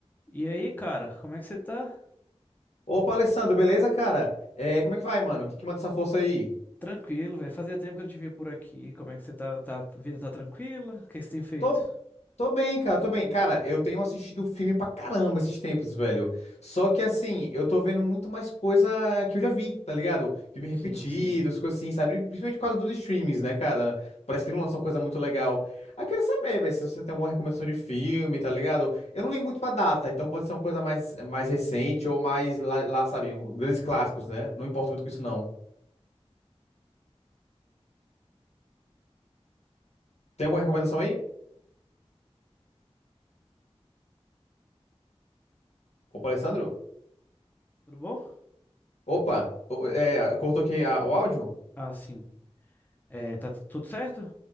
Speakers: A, on the left; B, on the left.
A: E aí, cara, como é que você tá?
B: Opa, Alessandro, beleza, cara? É, como é que vai, mano? O que que manda essa força aí?
A: Tranquilo, velho. Fazia tempo que eu não te via por aqui. Como é que você tá? Tá- a vida tá tranquila? O que que você tem feito?
B: Tô, tô bem, cara, tô bem. Cara, eu tenho assistido filme pra caramba esses tempos, velho. Só que, assim, eu tô vendo muito mais coisa que eu já vi, tá ligado? Filme repetido,
A: Sim, sim.
B: essas coisas assim, sabe? Principalmente por causa dos streams, né, cara? Parece que não lançou coisa muito legal. Aí eu quero saber, velho, se você tem alguma recomendação de filme, tá ligado? Eu não ligo muito pra data, então pode ser uma coisa mais, mais recente ou mais lá, lá, sabe, um- grandes clássicos, né? Não importa muito com isso, não. Tem alguma recomendação aí? Opa, Alessandro?
A: Tudo bom?
B: Opa, o- é, cortou aqui a- o áudio?
A: Ah, sim. É, tá tu- tudo certo?